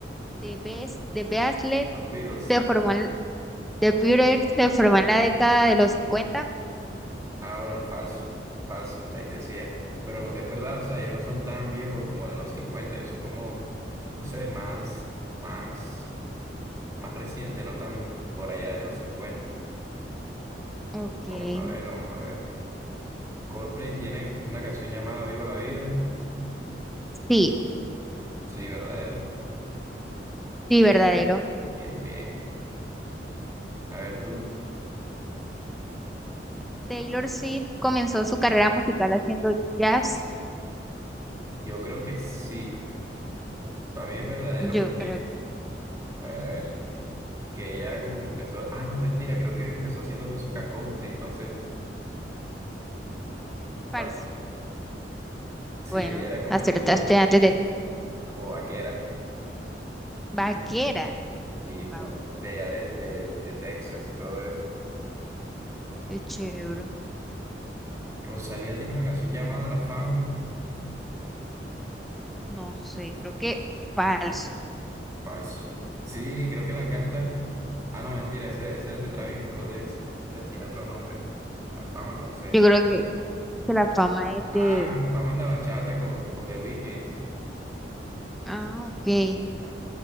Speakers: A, in the centre; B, on the right (about 20°).
A: de Bes- de Beastle
B: los Beatles,
A: se formó en- de Beatles se formó en la década de los cincuenta.
B: ah, bueno, falso, falso, ahí decía, pero es verdad, o sea, ellos no son tan viejos como de los 50 yo soy como, no sé, más, más. más reciente, no tan por allá de los cincuenta
A: Ok.
B: Vamos a ver, vamos a ver. Coldplay tiene una canción llamada Viva la Vida.
A: Sí,
B: Sí, verdadero.
A: sí,
B: Bien,
A: verdadero.
B: bien, bien. A ver, tú,
A: Taylor Swift comenzó su carrera musical haciendo jazz.
B: yo creo que sí. Para mí es verdadero
A: Yo
B: porque,
A: creo que
B: a ver, a ver, que ella como que empezó, ah, no, mentira, creo que empezó haciendo música country, entonces,
A: falso.
B: falso. Sí,
A: Bueno,
B: ella era como
A: acertaste
B: tipo,
A: antes de
B: como vaquera,
A: Vaquera.
B: sí,
A: Wow,
B: como de allá de, de, de Texas y todo eso.
A: qué chévere.
B: Rosalía tiene una canción llamada La Fama.
A: No sé, creo que falso.
B: Falso. Sí, creo que la canta. Ah, no, mentira, esa, esa es de Travis Scott, es- de- tiene otro nombre. La fama, no sé.
A: Yo creo que la fama es
B: Ah,
A: de.
B: la fama es la bachata con, con The Weeknd.
A: Ah, ok.